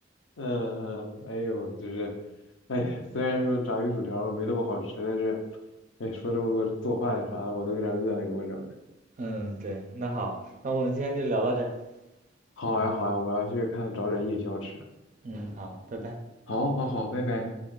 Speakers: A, on the left (about 80°); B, on the right (about 40°).
A: 嗯嗯，哎呦，就是，哎呀虽然说炸鱼薯条没那么好吃，但是，哎，说这么多做饭啥的，我都有点饿了，给我整的。
B: <laughs> 嗯，对，那好，那我们今天就聊到这儿
A: 好呀好呀，
B: 嗯
A: 我要去看找点夜宵吃。
B: 嗯，好，拜拜。
A: 好，好，好，拜拜。